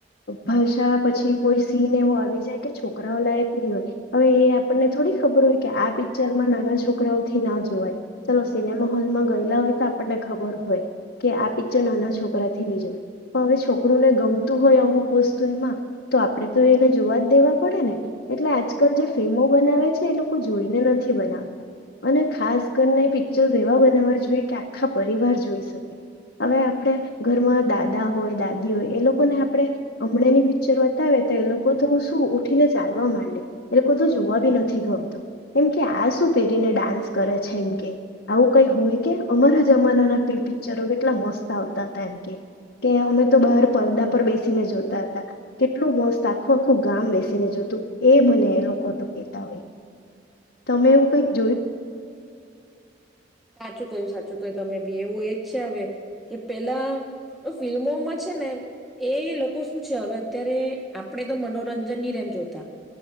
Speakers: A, on the left; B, in the centre.
A: ભાષા પછી કોઈ સીન એવો આવી જાય કે છોકરાઓ લાયક નહી હોય હવે એ આપણને થોડી ખબર હોય. કે આ પિક્ચરમાં નાના છોકરાઓથી ના જોવાય ચાલો સિનેમા હોલમાં ગયેલા હોય તો આપણને ખબર પડે કે આ પિક્ચર નાના છોકરાથી નહી જોય પણ હવે છોકરુંને ગમતું હોય અમુક વસ્તુ એમાં તો આપણે તો એને જોવા જ દેવા પડે ને એટલે આજકાલ જે ફિલ્મો બનાવે છે એ લોકો જોઈને નથી બનાવતા અને ખાસ કરીને પિક્ચર એવા બનાવવા જોઈએ કે આખા પરિવાર જોઈ શકે હવે આપણે ઘરમાં દાદા હોય, દાદી હોય એ લોકોને આપણે હમણાની પિક્ચર બતાવે તો એ લોકો તો શું ઉઠીને ચાલવા માંડે. એ લોકો તો જોવા બી નથી ગમતું. કેમ કે આજ શું પહેરીને ડાન્સ કરે છે એમ કે. આવું કઈ હોય કે અમારા જમાનાના પિક્ચરો કેટલા મસ્ત આવતા હતા એમ કે કે અમે તો બહાર પરદા પર બેસીને જોતા હતા. કેટ કેટલું મસ્ત આખું આખું ગામ બેસીને જોતું. એમને એ લોકો તો કેહેતા હોય તમે એવું કઈ
B: સાચું કહ્યું સાચું તે તમે બી એવું એજ છે હવે કે પેલા એ ફિલ્મોમાં છે ને એ લોકો શું છે હવે અત્યારે આપડે તો મનોરંજન ની રેમ જોતા